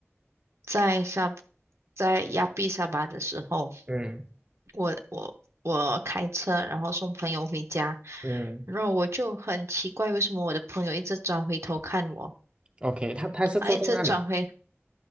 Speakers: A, on the right; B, on the right.
A: 在沙在亚庇沙巴的时候，
B: 嗯
A: 我我我开车，然后送朋友回家，
B: 嗯
A: 然后我就很奇怪，为什么我的朋友一直转回头看我，
B: ，OK，他他是坐在那里，
A: 他一直转回